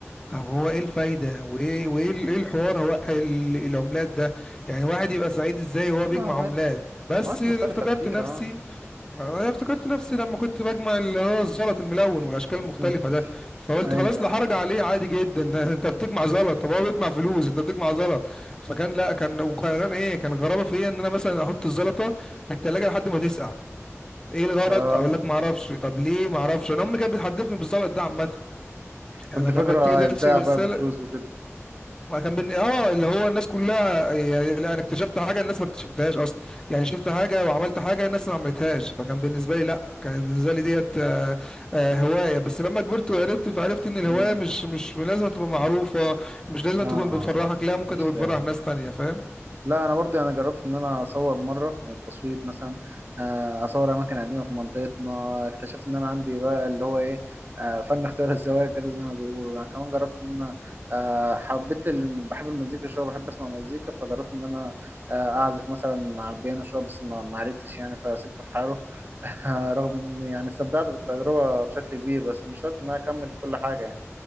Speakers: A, on the left; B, on the right.
A: طب هو ايه الفايدة وايه وايه ال- ايه الحوار هو ال- العملات ده يعني واحد يبقى سعيد ازاي وهو بيجمع
B: اه أوقات
A: عملات بس
B: أوقات
A: اللي
B: مختلفة
A: افتكرت
B: كتير
A: نفسي
B: اه
A: انا افتكرت نفسي لما كنت بجمع اللي هو الزلط الملون والاشكال المختلفة
B: <laughs>
A: ده فقلت
B: ايوه
A: خلاص لا
B: ايوه
A: حرج عليه عادي جدا <laughs> انت بتجمع زلط طب هو بيجمع فلوس انت بتجمع زلط فكان لا كان وكان ايه كان غرابة فيا ان انا مثلا احط الزلطة في التلاجة لحد ما تسقع ايه الغرض
B: اه
A: اقول لك ما اعرفش طب ليه ما اعرفش انا امي كانت بتحدفني بالزلط ده عامه يعني
B: كنت فاكره
A: لما تيجي
B: هيتباع
A: تغسل
B: بقى
A: غسالة
B: بفلوس وكده
A: ما كان بن... اه اللي هو الناس كلها يعني لا انا اكتشفت حاجه الناس ما اكتشفتهاش اصلا يعني شفت حاجه وعملت حاجه الناس ما عملتهاش فكان بالنسبه لي لا كانت بالنسبه لي ديت آه، آه، هوايه بس لما كبرت وعرفت فعرفت ان الهوايه
B: مم.
A: مش مش لازم تبقى معروفه مش لازم
B: اه
A: تكون بتفرحك
B: اه لا
A: لا ممكن
B: مش
A: تبقى بتفرح
B: لازم
A: ناس تانية فاهم
B: لا انا برضه يعني جربت ان انا اصور مره التصوير مثلا آه، اصور اماكن قديمه في منطقتنا اكتشفت ان انا عندي بقى اللي هو ايه آه، فن اختيار الزوايا كده زي ما بيقولوا يعني كمان جربت ان انا آه، حبيت ال... بحب المزيكا شويه بحب اسمع مزيكا فجربت ان انا آه، اعزف مثلا على البيانو شويه بس ما ما عرفتش يعني فسيبته في حاله <laughs> رغم ان يعني استمتعت بالتجربه بشكل كبير بس مش شرط ان انا اكمل في كل حاجه يعني